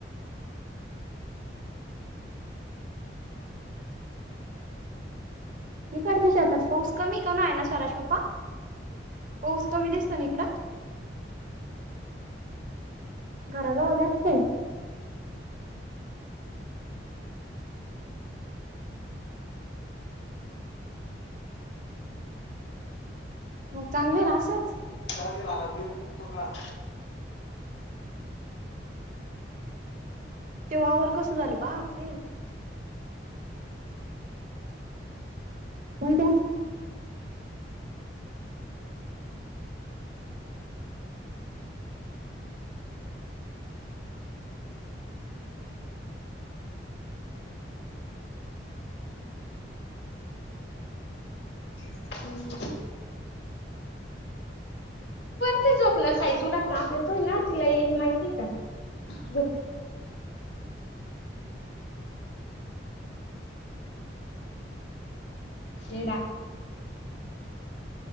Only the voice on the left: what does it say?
तुला राह नाही उठतो का.
हम्. ती झोप ना सा तुला ताप येतोय ना तिला येईल माहितीय का. एडा.